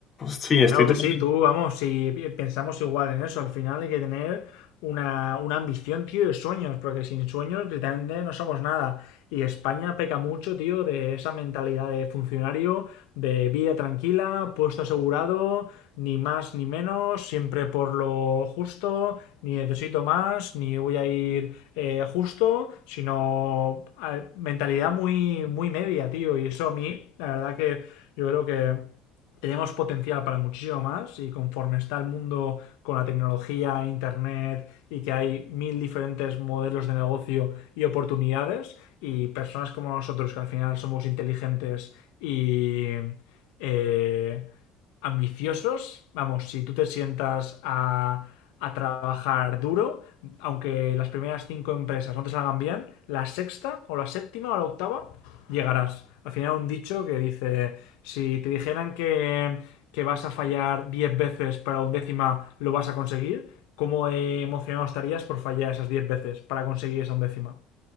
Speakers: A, on the left; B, on the left.
A: sí, estoy
B: Claro
A: totalmente...
B: que sí, tú, vamos, si pensamos igual en eso, al final hay que tener una, una ambición, tío, y sueños, porque sin sueños literalmente no somos nada. Y España peca mucho, tío, de esa mentalidad de funcionario, de vida tranquila, puesto asegurado, ni más ni menos, siempre por lo justo, ni necesito más, ni voy a ir eh, justo, sino eh, mentalidad muy, muy media, tío. Y eso a mí, la verdad que yo creo que tenemos potencial para muchísimo más y conforme está el mundo con la tecnología, internet y que hay mil diferentes modelos de negocio y oportunidades y personas como nosotros que al final somos inteligentes y eh, ambiciosos, vamos, si tú te sientas a, a trabajar duro, aunque las primeras cinco empresas no te salgan bien, la sexta o la séptima o la octava llegarás. Al final un dicho que dice si te dijeran que, que vas a fallar 10 veces para un décima, ¿lo vas a conseguir? ¿Cómo eh, emocionado estarías por fallar esas 10 veces para conseguir esa undécima?